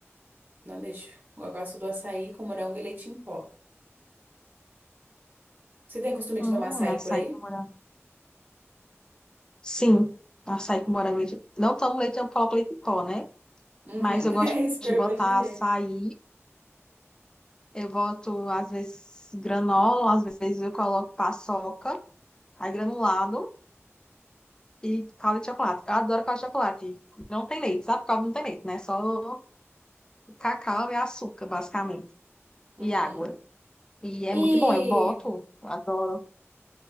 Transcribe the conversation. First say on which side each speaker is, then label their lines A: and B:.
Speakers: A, on the right; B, on the left.
A: Não deixo. Eu gosto do açaí com morango e leite em pó. Você tem costume de
B: Hum,
A: tomar açaí
B: açaí
A: por aí?
B: com morango. Sim, açaí com morango. leite- Não tomo leite, eu coloco leite em pó, né?
A: Uhum,
B: Mas eu
A: <laughs>
B: gosto
A: é isso que
B: de
A: eu
B: botar
A: imaginei.
B: açaí, eu boto, às vezes, granola, às vezes eu coloco paçoca. Aí granulado e calda de chocolate. Eu adoro calda de chocolate. Não tem leite, sabe? Calda não tem leite, né? Só cacau e açúcar, basicamente.
A: Uhum.
B: E água. E é
A: E,
B: muito bom. Eu boto, adoro.